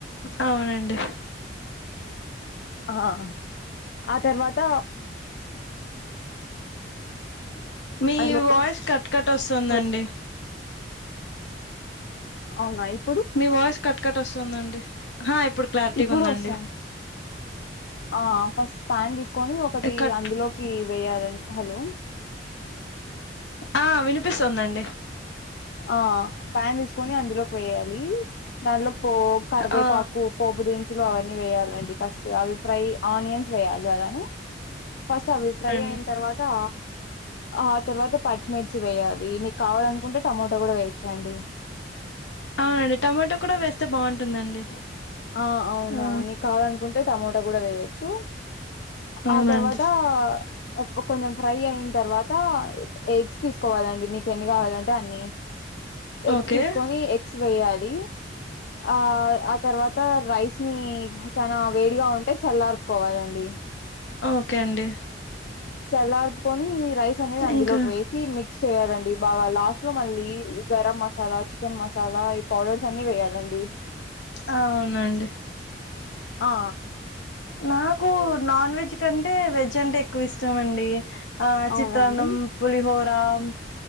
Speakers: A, on the left; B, on the left.
A: అవునండి
B: ఆ ఆ తర్వాత
A: మీ
B: అందులో
A: వాయిస్ కట్ కట్ వస్తుందండి.
B: వే అవునా ఇప్
A: మీ వయిస్ కట్ కట్ వస్తుందండి హా ఇప్పుడు క్లారిటీగా
B: ఇప్పుడు
A: ఉందండి.
B: వస్తాను ఆ ఫస్ట్ ప్యాన్ తీసు కొని ఒకటి
A: కట్
B: అందులోకి వేయాలని హలో
A: ఆ వినిపిస్తోందండి.
B: ఆ ప్యాన్ తీసుకొని అందులోకి వేయాలి దానిలో పో కర్వే
A: ఆ
B: పాకు పోపుదినుసులు <unintelligible> అవన్నీ వేయాలి చూడండి ఫస్ట్ అవి ఫ్రై ఆనియన్స్ వేయాలి అలానే ఫస్ట్ అవి ఫ్రై
A: అండి
B: అయిన తర్వాతా ఆ తర్వాత పచ్చిమిర్చి వేయాలి నీకు కావాలే టొమోటో కూడా వేయొచ్చండి.
A: అవునండి టమాటో కూడా వేస్తే బాగుంటుందండి.
B: ఆ అవునవును
A: ఆ
B: నీకు కావాలనుకుంటే టమోటా కూడా వేయొచ్చు
A: అవునండి
B: ఆ తర్వాతా అ కొంచెం ఫ్రై అయిన తర్వాత ఎగ్స్ తీసుకోవాలండి నీకు ఎన్ని కావాలంటే అన్ని. ఎగ్స్
A: ఓకే
B: తీసుకొని ఎగ్స్ వేయాలి. రీ ఆ ఆ తర్వాత రైస్ ని చానా వేడిగా ఉంటే చల్లార్పుకోవాలండి.
A: ఓకే అండి.
B: చల్లార్పుకొని రైస్ అనేది అందులోకి
A: ఇంకా
B: వేసి మిక్స్ చేయాలండి బాగా లాస్ట్ లో మళ్ళీ గరం మసాలా చికెన్ మసాలా ఈ పౌడర్స్ అన్ని వేయాలండి.
A: అవునండి
B: ఆ
A: నాకు నాన్ వెజ్ కంటే వెజ్ అంటే ఎక్కువ ఇష్టాం అండి ఆ
B: అవునా
A: చిత్రాన్నం
B: అండి
A: పులిహోర్ ఆ